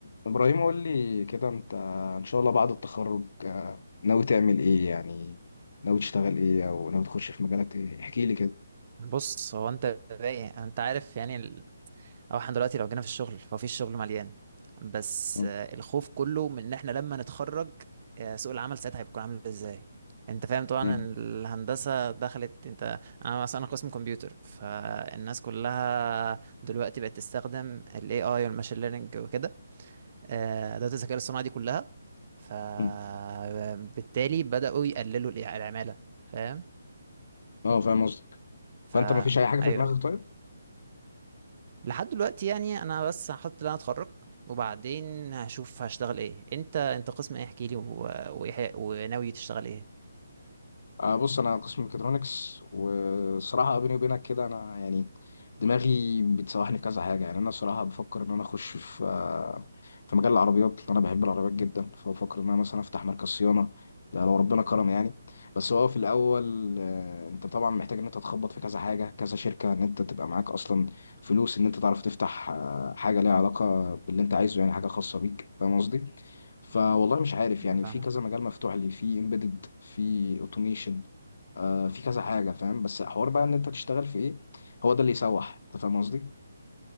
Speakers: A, on the left; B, on the right.
A: ابراهيم قول لي كده انت ان شاء الله بعد التخرج آه، ناوي تعمل ايه يعني ناوي تشتغل ايه او ناوي تخش في مجالات ايه احكي لي كده
B: بص هو انت رايق انت عارف يعني ال... او احنا دلوقتي لو جينا في الشغل فهو في الشغل مليان بس
A: مم.
B: آه، الخوف كله من ان احنا لما نتخرج آه، سوق العمل ساعتها هيكون عامل ازاي انت فاهم طبعا
A: مم.
B: إن الهندسة دخلت انت انا مثلا قسم كمبيوتر فالناس كلها دلوقتي بقت تستخدم ال AI والماشين ليرنينج وكده آه، ادوات الذكاء الاصطناعي دي كلها فبالتالي
A: مم.
B: بدأوا يقللوا الع- العمالة فاهم
A: اه فاهم قصدك
B: فا
A: فانت ما فيش اي حاجه في
B: ايوه
A: دماغك
B: ايوه
A: طيب؟
B: لحد دلوقتي يعني انا بس هحط اللي انا اتخرج وبعدين هشوف هشتغل ايه انت انت قسم ايه احكي لي و... وايه وناوي تشتغل ايه
A: آه بص انا قسم ميكاترونكس وصراحه بيني وبينك كده انا يعني دماغي بتسوحني في كذا حاجه يعني انا صراحه بفكر ان انا اخش في آه، في مجال العربيات لأن انا بحب العربيات جدا فبفكر ان انا مثلا افتح مركز صيانه ده لو ربنا كرم يعني بس هو في الاول آه، انت طبعا محتاج ان انت تخبط في كذا حاجه كذا شركه ان انت تبقى معاك اصلا فلوس ان انت تعرف تفتح آه، حاجه ليها علاقه باللي انت عايزه يعني حاجه خاصه بيك فاهم قصدي فوالله مش عارف
B: انا
A: يعني
B: فاهمك
A: في كذا مجال مفتوح لي في امبيدد في اوتوميشن آه في كذا حاجه فاهم بس حوار بقى ان انت تشتغل في ايه هو ده اللي يسوح انت فاهم قصدي